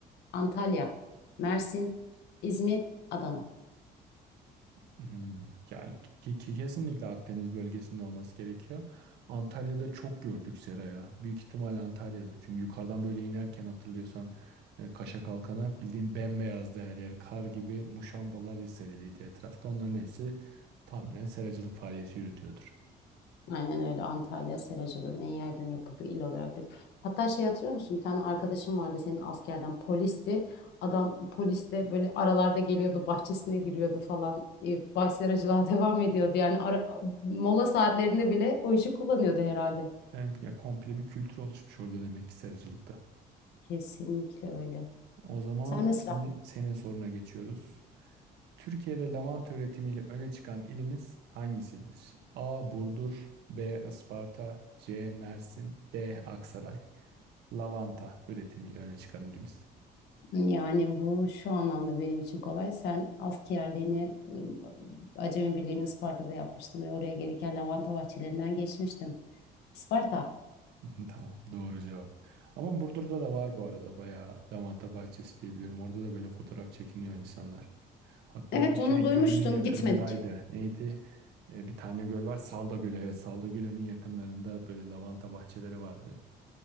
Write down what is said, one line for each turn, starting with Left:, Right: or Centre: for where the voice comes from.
Left: Antalya, Mersin, İzmir, Adana.
Right: Hmm, ya ke- ke- kesinlikle Akdeniz bölgesinde olması gerekiyor. Antalya'da çok gördük Seraya. Büyük ihtimal Antalya'dır. Çünkü yukarıdan böyle inerken hatırlıyorsan e, Kaşa Kalkan'a bildiğin bembeyazdı her yer. Kar gibi muşambalar seriliydi etrafta. Onların hepsi tahminen seracılık faaliyeti yürütüyordur.
Left: Aynen öyle Antalya seracılığın en yaygın yapıldığı il olarak bir. Hatta şey hatırlıyor musun? Bir tane arkadaşım vardı senin askerden polisti. Adam poliste böyle aralarda geliyordu bahçesine giriyordu falan. E, baş seracılığa <laughs> devam ediyordu. Yani ara, mola saatlerinde bile o işi kullanıyordu herhalde.
Right: Yani, ya komple bir kültür oluşmuş orada demek ki seracılıkta.
Left: Kesinlikle öyle.
Right: O zaman
Left: Sen de
Right: şimdi
Left: sıra.
Right: senin soruna geçiyoruz. Türkiye'de lavanta üretimiyle öne çıkan ilimiz hangisidir? A. Burdur B. Isparta C. Mersin D. Aksaray Lavanta üretimiyle öne çıkan ilimiz.
Left: Yani bu şu anlamda benim için kolay. Sen askerliğini e, Acemi Birliği'ni Isparta'da yapmıştın ve oraya gereken lavanta bahçelerinden geçmiştim. Isparta.
Right: <laughs> Tamam, doğru cevap. Ama Burdur'da da var bu arada bayağı lavanta bahçesi diyebiliyorum. Orada da böyle fotoğraf çekiniyor insanlar. Hatta
Left: Evet
Right: bu şey
Left: onu duymuştum.
Right: gölünün yakınındaydı.
Left: Gitmedik.
Right: Neydi? Ee, bir tane göl var. Salda Gölü. Evet, Salda Gölü'nün yakınlarında böyle lavanta bahçeleri vardı hep.